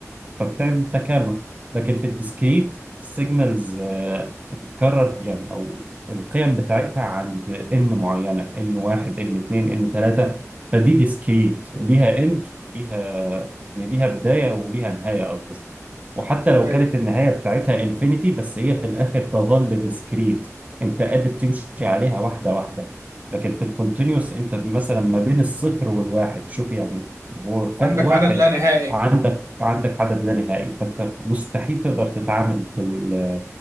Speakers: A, on the right; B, on the right.
A: فبتعمل
B: مم.
A: تكامل لكن في الديسكريت السيجنالز بتتكرر يعني او القيم بتاعتها عند ان معينه ان واحد ان اتنين ان تلاته فدي ديسكريت ليها اند وليها يعني ليها بدايه وليها نهايه اصلا وحتى لو
B: ايوه
A: كانت النهايه بتاعتها انفينيتي بس هي في الاخر تظل ديسكريت انت قادر تمشي عليها واحده واحده لكن في الكونتينيوس انت مثلا ما بين الصفر والواحد شوف يعني هو فرق
B: عندك
A: واحد
B: عدد لا نهائي
A: عندك عندك عدد لا نهائي فانت مستحيل تقدر تتعامل بال-